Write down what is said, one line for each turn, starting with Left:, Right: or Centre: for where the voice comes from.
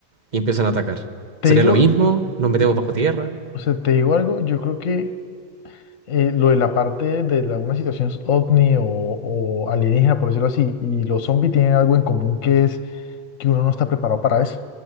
Right: y empiezan a atacar.
Left: Te
Right: ¿Sería
Left: digo,
Right: lo mismo? ¿Nos metemos
Left: te-
Right: bajo tierra?
Left: o sea, te digo algo, yo creo que eh, lo de la parte de la, una situación ovni o, o alienígena, por decirlo así, y los zombies tienen algo en común que es que uno no está preparado para eso.